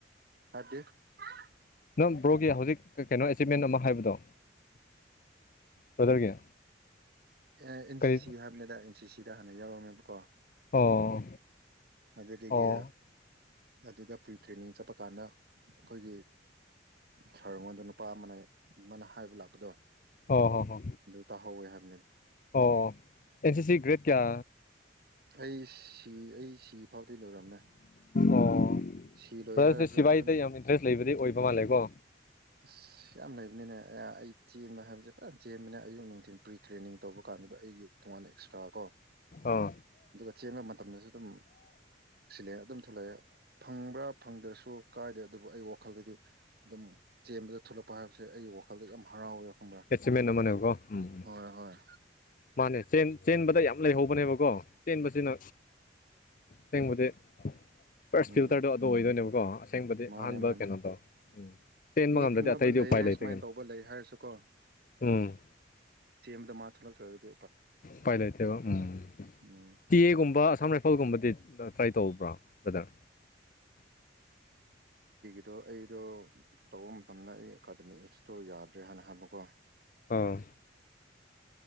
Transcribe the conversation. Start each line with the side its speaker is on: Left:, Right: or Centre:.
Right: <unintelligible>
Left: ꯅ ꯕ꯭ꯔꯣꯒꯤ ꯍꯧꯖꯤꯛ ꯀꯩꯅꯣ ꯑꯦꯆꯤꯞꯃꯦꯟ ꯑꯃ ꯍꯥꯏꯕꯗꯣ ꯕ꯭ꯔꯗꯔꯒꯤ
Right: ꯑꯦ ꯑꯦꯟ
Left: ꯀꯔꯤ
Right: ꯁꯤ ꯁꯤ ꯍꯥꯏꯕꯅꯤꯗ ꯑꯦꯟ ꯁꯤꯁꯤꯗ ꯍꯥꯟꯅ ꯌꯥꯎꯔꯝꯃꯦꯕꯀꯣ
Left: ꯑꯣ
Right: ꯃꯗꯒ
Left: ꯑꯣ
Right: ꯑꯗꯨꯗ ꯐꯔꯤ ꯇ꯭ꯔꯦꯅꯤꯡ ꯆꯞꯄ ꯀꯥꯟꯗ ꯑꯈꯣꯏꯒꯤ ꯁꯥꯔ ꯑꯩꯉꯣꯟꯗ ꯅꯨꯄꯥ ꯑꯃꯅ ꯑꯃꯅ ꯍꯥꯏꯕ ꯂꯥꯛꯄꯗꯣ
Left: ꯑꯣ ꯍꯣ ꯍꯣ
Right: ꯑꯗꯨ ꯇꯥꯍꯧꯋꯦ ꯍꯥꯏꯕ
Left: ꯑꯣ ꯑꯦꯟ ꯁꯤ ꯁꯤ ꯒ꯭ꯔꯦꯗ ꯀꯌꯥ
Right: ꯑꯩ ꯁꯤ ꯑꯩ ꯁꯤ ꯐꯥꯎꯗꯤ ꯂꯣꯏꯔꯝꯃꯦ
Left: ꯑꯣ
Right: ꯁꯤ ꯂꯣꯏ
Left: ꯕ꯭ꯔꯗꯔꯁꯦ
Right: ꯍꯥꯏꯔꯁꯨ
Left: ꯁꯤꯕꯥꯏꯗ
Right: ꯑꯗꯨꯝ
Left: ꯌꯥꯝ ꯏꯟꯇꯔꯦꯁ ꯂꯩꯕꯗꯤ ꯑꯣꯏꯕ ꯃꯥꯜꯂꯦꯀꯣ
Right: ꯑꯁ ꯌꯥꯝ ꯂꯩꯕꯅꯤꯅꯦ ꯑꯩ ꯆꯦꯟꯕ ꯍꯥꯏꯕꯁꯦ ꯄꯨꯔꯥ ꯆꯦꯟꯕꯅꯦ ꯑꯌꯨꯛ ꯅꯨꯡꯊꯤꯟ ꯄ꯭ꯔꯤ ꯇ꯭ꯔꯦꯅꯤꯡ ꯇꯧꯕ ꯀꯥꯟ ꯑꯗꯨꯗ ꯑꯩꯒꯤ ꯇꯣꯉꯥꯟꯅ ꯑꯦꯛꯁꯇ꯭ꯔꯥ ꯀꯣ
Left: ꯑꯥ
Right: ꯑꯗꯨꯒ ꯆꯦꯟꯕ ꯃꯇꯝꯗꯁꯨ ꯑꯗꯨꯝ ꯁꯤꯜꯂ ꯑꯗꯨꯝ ꯊꯣꯛꯂꯛꯑꯦ ꯐꯪꯕ꯭ꯔꯥ ꯐꯪꯗ꯭ꯔꯁꯨ ꯀꯥꯏꯗꯦ ꯑꯗꯨꯕꯨ ꯑꯩ ꯋꯥꯈꯜꯗꯗꯤ ꯑꯗꯨꯝ ꯆꯦꯟꯕꯗ ꯊꯣꯛꯂꯛꯄ ꯍꯥꯏꯕꯁꯦ ꯑꯩꯒꯤ ꯋꯥꯈꯜꯗ ꯌꯥꯝ ꯍꯔꯥꯎꯋꯦ ꯈꯪꯕ꯭ꯔꯥ
Left: ꯑꯦꯠꯁꯤꯃꯦꯟꯅ ꯑꯃꯅꯦꯕꯀꯣ ꯎꯝ
Right: ꯍꯣꯏ ꯍꯣꯏ
Left: ꯃꯥꯅꯦ ꯆꯦꯟ ꯆꯦꯟꯕꯗ ꯌꯥꯝ ꯂꯩꯍꯧꯕꯅꯦꯕꯀꯣ ꯆꯦꯟꯕꯁꯤꯅ ꯁꯦꯡꯕꯗꯤ ꯐꯥꯔꯁ
Right: ꯎꯝ
Left: ꯐꯤꯜꯇ꯭ꯔꯗꯣ ꯑꯗꯣ ꯑꯣꯏꯗꯣꯏꯅꯦꯕꯀꯣ ꯑꯁꯦꯡꯕꯗꯤ
Right: ꯃꯥꯅꯦ
Left: ꯑꯍꯥꯟꯕ
Right: ꯃꯥꯅꯦ
Left: ꯀꯩꯅꯣ ꯇꯣ ꯎꯝ ꯆꯦꯟꯕ
Right: ꯃꯤ
Left: ꯉꯝꯗꯔꯗꯤ
Right: ꯈꯪꯅꯕ
Left: ꯑꯇꯩꯗꯤ
Right: ꯂꯩꯌꯦ
Left: ꯎꯄꯥꯏ ꯂꯩꯇꯦ
Right: ꯁꯨꯃꯥꯏꯅ
Left: ꯀꯩꯅꯣ
Right: ꯇꯧꯕ ꯂꯩ ꯍꯥꯏꯔꯁꯨꯀꯣ
Left: ꯎꯝ
Right: ꯌꯨꯝꯗ ꯃ ꯊꯣꯂꯛꯇꯔꯒꯗꯤ
Left: ꯄꯥꯏ ꯂꯩꯇꯦꯕ ꯎꯝ
Right: ꯎꯝ
Left: ꯇꯤ ꯑꯦꯒꯨꯝꯕ ꯑꯁꯥꯝ ꯔꯥꯏꯐꯜꯒꯨꯝꯕꯗꯤ ꯇ꯭ꯔꯥꯏ ꯇꯧꯕ꯭ꯔꯥ ꯕ꯭ꯔꯗ꯭ꯔ
Right: ꯑꯗꯣ ꯑꯩꯗꯣ ꯇꯧꯕ ꯃꯇꯝꯐꯝꯗ ꯑꯩ ꯑꯦꯀꯥꯗꯃꯤ ꯏꯠꯁꯇꯣ ꯌꯥꯗ꯭ꯔꯦ ꯍꯥꯏꯅ ꯍꯥꯏꯕꯀꯣ
Left: ꯑꯥ